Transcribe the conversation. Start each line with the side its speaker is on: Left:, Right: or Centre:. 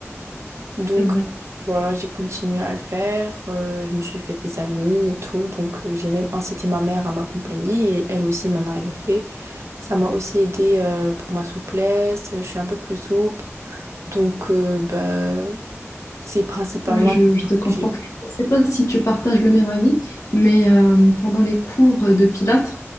Right: Donc,
Left: c'est vrai.
Right: euh, voilà, j'ai continué à le faire. euh, je me suis fait des amis et tout. Donc, euh, j'ai même incité ma mère à m'accompagner et elle aussi, maintenant, elle le fait. Ça m'a aussi aidé pour ma souplesse. Je suis un peu plus souple. Donc, euh, bah, c'est principalement
Left: Oui, je,
Right: les
Left: je
Right: bienfaits
Left: te comprends.
Right: que j'ai vus.
Left: Je sais pas si tu partages le même avis, mais euh, pendant les cours de Pilates,